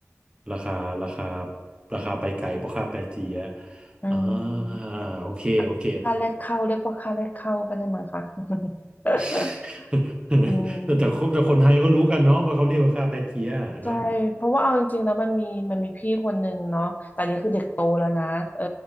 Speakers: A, on the right; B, on the left.
A: ราคาราคาราคาไปไกลเพราะค่าแปรเจีย
B: อืม
A: อ่าโอเคโอเค
B: ค่าค่าแรกเข้าเรียกว่าค่าแรกเข้าก็ได้มั้งคะ <laughs>
A: <laughs>
B: อืม
A: แต่แต่คนแต่คนไทยก็รู้กันเนาะว่าเขาเรียกว่าค่าแป๊ะเจี๊ยะเนาะ
B: ใช่เพราะว่าเอาจริงๆแล้วมันมีมันมีพี่คนหนึ่งเนาะแต่อันนี้คือเด็กโตแล้วนะเออ